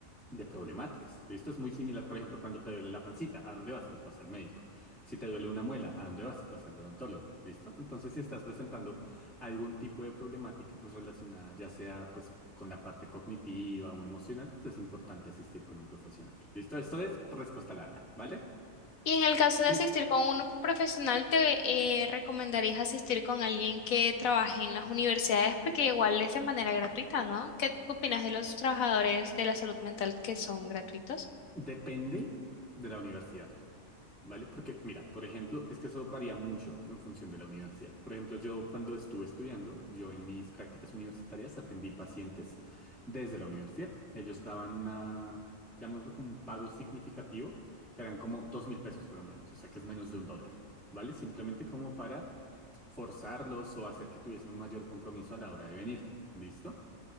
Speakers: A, in the centre; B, on the left.
A: de problemáticas. Esto es muy similar, por ejemplo, cuando te duele la pancita, ¿a dónde vas? Pues vas al médico. Si te duele una muela, ¿a dónde vas? Vas al odontólogo. ¿Listo? Entonces, si estás presentando algún tipo de problemática pues relacionada ya sea pues con la parte cognitiva o emocional, pues es importante asistir con un profesional. ¿Listo? Esto es respuesta larga, ¿vale?
B: Y en el caso
A: Sí,
B: de asistir con un profesional, te eh, recomendarías asistir con alguien que trabaje en las universidades porque igual es de manera gratuita, ¿no? ¿Qué opinas de los trabajadores de la salud mental que son gratuitos?
A: depende de la universidad. ¿Vale? Porque, mira, por ejemplo, es que eso varía mucho en función de la universidad. Por ejemplo, yo cuando estuve estudiando, yo en mis prácticas universitarias atendí pacientes desde la universidad. Ellos daban una, llamémoslo como un pago significativo, que eran como dos mil pesos colombianos, o sea que es menos de un dólar, ¿vale? Simplemente como para forzarlos o hacer que tuviesen un mayor compromiso a la hora de venir, ¿listo?